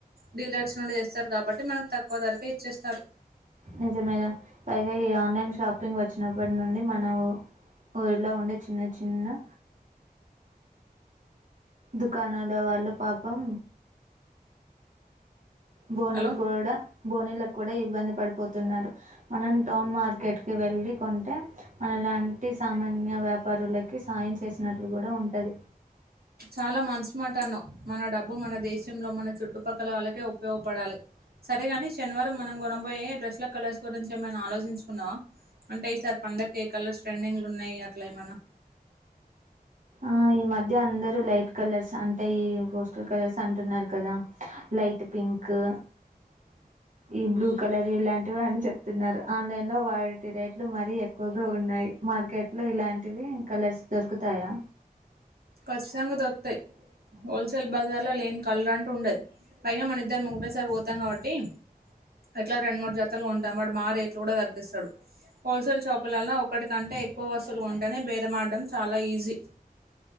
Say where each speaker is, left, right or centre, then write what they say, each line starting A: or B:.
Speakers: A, on the right; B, on the right.
A: డీలర్స్ నుండి తేస్తారు కాబట్టి మనకు తక్కువ ధరకే ఇచ్చేస్తారు
B: నిజమేరా పైగా ఈ ఆన్లైన్ షాపింగ్ వచ్చిన ప్పటినుండి మన ఊరిలో ఉండే చిన్న చిన్న దుకాణాల వాళ్ళు పాపం బోనిల్
A: హలో
B: కోడ బోనీలకు కూడా ఇబ్బంది పడిపోతున్నారు మనం టౌన్ మార్కెట్‌కి వెళ్ళి కొంటే మన అలాంటి సామాన్య వ్యాపారులకి సాయం చేసినట్లు కూడా ఉంటది
A: చాలా మంచి మాట అన్నావ్ మన డబ్బు మన దేశంలో మన చుట్టుపక్కల వాళ్ళకే ఉపయోగపడాలి సరేగాని శనివారం మనం కొనబోయే డ్రెస్లా కలర్స్ గురించి ఏమైనా ఆలోచించుకున్నావ అంటే ఈసారి పండక్కి ఎం కలర్స్ ట్రెండింగ్లో ఉన్నాయి అట్లా ఏమన్నా
B: ఆ ఈ మధ్య అందరూ లైట్ కలర్స్ అంటే ఈ పోస్టల్ కలర్స్ అంటున్నారు కదా లైట్ పింకు
A: <inaudible>
B: ఈ బ్లూ కలర్ ఇలాంటివి అని చెప్తున్నారు ఆన్లైన్ లో వాటి రే ట్లు మరీ ఎక్కువగా ఉన్నాయి మార్కెట్ లో ఇలాంటివి కలర్స్ దొరుకుతాయా
A: ఖచ్చితంగా దొరుకుతాయి హోల్సేల్ బజార్లో లేని కలర్ అంటూ ఉండదు పైగా మన ఇద్దరు ఒకటే సారి పోతాం కాబట్టి ఎట్లాగ రెండు మూడు జతలు గొంటాం వాడు మా రేట్లు గూడా దగిస్తడు హోల్సేల్ షాపులలో ఒకటికంటే ఎక్కువ వస్తువులు కొంటేనే బేరమాడడం చాలా ఈజీ